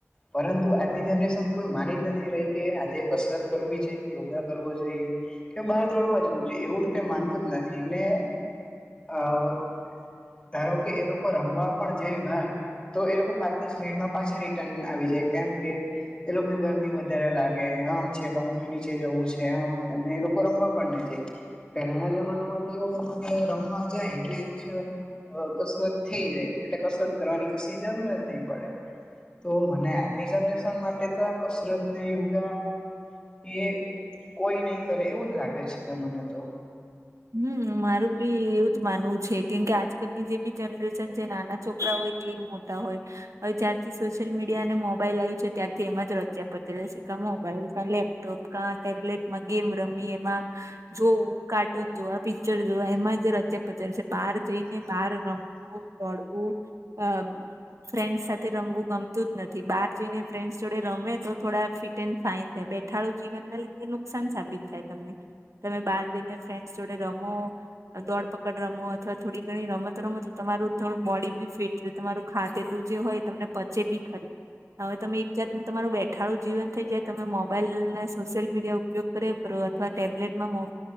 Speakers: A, on the left; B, on the right.
A: પરંતુ આજની જનરેશન કોઈ માની જ નથી રહી કે આજે કસરત કરવી જોઈએ યોગા કરવો જોઈએ. કે બહાર દોડવા જવું જોઈએ એવું તો કઈ માનતું જ નથી ને આ. ધારો કે એ લોકો રમવા પણ જાય બહાર તો એ લોકો પાંચ દસ મિનિટમાં. પાછા રિટર્ન આવી જાય કેમ કે એ લોકોને ગરમી વધારે લાગે આમ છે પંખા નીચે જવું છે આમ એ લોકો રમવા પણ નહી પેલાના જમાનામાં તો એવું હતું કે રમવા જાય એટલે જ કસરત થઈ જાય એટલે કસરત કરવાની કશી જરૂર જ નહી પડે. તો મને આજની જનરેશન માટે તો આ કસરત યોગા એ કોઈ નહી કરે એવું જ લાગે છે કે મને તો.
B: હમ મારું બી એવું જ માનવું છે કેમકે આજકાલની જે બી જનરેશન છે નાના છોકરા. હોય કે મોટા હોય. હવે જ્યારથી સોશિયલ મીડિયા અને મોબાઈલ આવ્યું છે ત્યારથી એમાં જ રચ્યા પતી રહેશે કે મોબાઈલ લેપટોપ ક ટેબ્લેટમાં ગેમ રમી એમાં જોવું કાડ ટન જોવા પિક્ચર જોવા એમાં જ રત્યા પચાર છે બહાર જઈ ને બહાર રમ દોડવું અ ફ્રેન્ડ્સ સાથે રમવું ગમતું જ નથી બહાર જઈને ફ્રેન્ડ્સ જોડે રમે તો થોડા ફિટ એન્ડ ફાઈન થાય. અથાળું જીવનના લીધે નુકસાન સાબિત થાય તમને તમે બહાર જઈને ફ્રેન્ડસ જોડે રમો. દોડપકડ રમો અથવા થોડી ઘણી રમત રમતો તમારું થોડું બોડી બી ફીટ તમારું ખાતેલું જે હોય તમને પચે બી ખરી હવે તમે એક જાત તમારું બેઠાડું જીવન થઈ જાય તમે મોબાઈલને સોશિયલ મીડિયા ઉપયોગ કરે અથવા ટેબ્લેટમાં મો